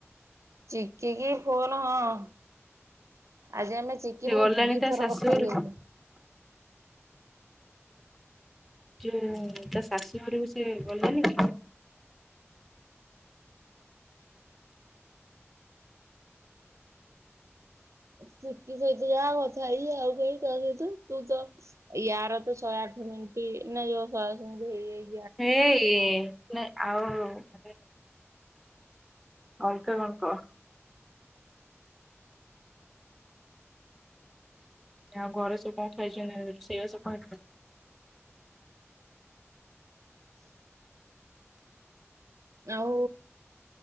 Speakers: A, on the right; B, in the centre.
A: ଚିକିକି ଫୋନ ହଁ ଆଜି ଆମେ ଚି
B: ସେ
A: କି ମୁଁ
B: ଗଲାଣି
A: ଦି ଦି
B: ତା
A: ଥର
B: ଶାଶୁ
A: କଥା
B: ଘରକୁ
A: ହେଇଯାଇଛି।
B: ସିଏ ତା ଶାଶୁ ଘରକୁ ସେ ଗଲାନି କି?
A: ଚିକି ସହିତ ଯାହା କଥା ହେଇିଚି ଆଉ କାଇଁ କା ସହିତ ତୁ ତ ୟାର ତ ଶଏ ଆଠ ମିନିଟ୍ ନା ଯୋଉ <inaudible> ଶହେ ଆଠ ମିନିଟ୍ ହେଇଯାଇଚି।
B: ହେ ଇଏ ନାଇଁ ଆଉ ମାନେ ଅଲଗା କଣ କହ? ଆଉ ଘରେ ସବୁ କଣ ଖାଇଛନ୍ତି ରୋଷେଇ ବାସ କଣ ହେଇଥିଲା?
A: ଆଉ